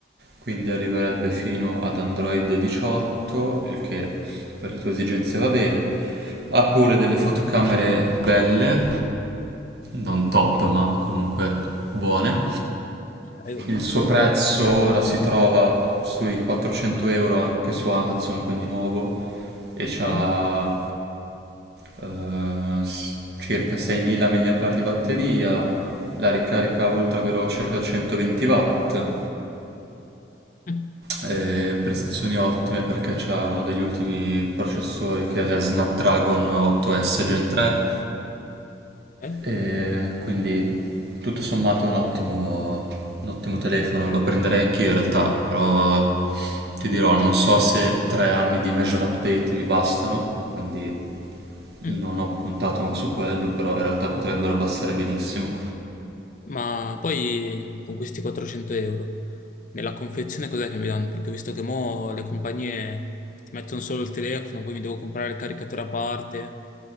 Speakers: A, on the right; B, on the left.
A: quindi arriverebbe fino ad Android 18, il che per le tue esigenze va bene. Ha pure delle fotocamere belle, non top, ma comunque buone.
B: Ok,
A: Il suo prezzo ora si trova sui 400 euro anche su Amazon, quindi nuovo, e
B: ok.
A: c'ha eh, s- circa 6.000 mAh di batteria, la ricarica ultra veloce da 120 watt,
B: Mm.
A: e prestazioni ottime perché c'ha uno degli ultimi processori che è Snapdragon 8S Gen 3
B: Ok?
A: E quindi tutto sommato è un ottimo, un ottimo telefono, lo prenderei anch'io in realtà, però ti dirò, non so se tre anni di major update mi bastano, quindi
B: Mm.
A: non ho puntato su quello, però in realtà potrebbero bastare benissimo.
B: Ma poi con questi 400 euro nella confezione cos'è che mi danno? Perché ho visto che mo le compagnie ti mettono solo il telefono, poi mi devo comprare il caricatore a parte,